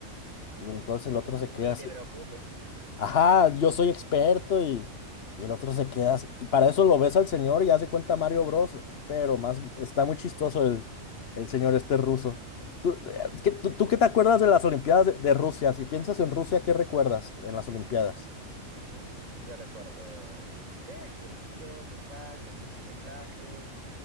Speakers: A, on the left; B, on the right.
A: Y entonces el otro se
B: Ni
A: queda así,
B: te preocupes.
A: ajá, yo soy experto y, y el otro se queda así. Y para eso lo ves al señor y hace cuenta Mario Bros, pero más, está muy chistoso el, el señor este ruso. ¿Tú, eh, qué, tú, tú qué te acuerdas de las Olimpiadas de, de Rusia? Si piensas en Rusia, ¿qué recuerdas en las Olimpiadas?
B: Mm, yo recuerdo, no sé, frío, quizás, los lindos paisajes.